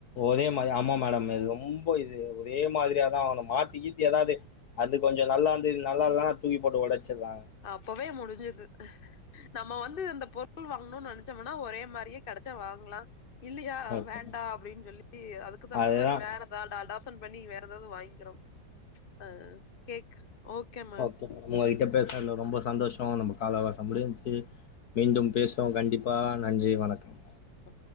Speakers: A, on the left; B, on the left.
A: ஒரே மாரியா ஆமா மேடம் இது ரொம்ப இது ஒரே மாதிரியாதா வாங்கனு மாத்திகீத்தி எதாது அது கொஞ்சோ நல்லாந்து இது நல்லால்னா தூக்கி போட்டு ஒடச்சுர்றாங்க
B: அப்பவே முடிஞ்சுது நம்ம வந்து இந்த பொ ருள் வாங்கணுன் நெனச்சம்னா ஒரே மாரியே கெடச்ச வாங்கலா இல்லியா
A: ஓகே
B: வேண்டா அப்டின் சொல்லி அதுக்கு தகுந்த
A: அதுதா
B: மாரி வேறதா டாடா சன் பண்ணி வேற ஏதாது வாங்கிறோ அ கேக் ஓகே மேம்
A: ஒங்ககிட்ட பேசுனதுல ரொம்ப சந்தோஷ நம்ம கால அவகாசம் முடிஞ்சு மீண்டும் பேசுவோ கண்டிப்பா நன்றி வணக்கம்
B: ஆ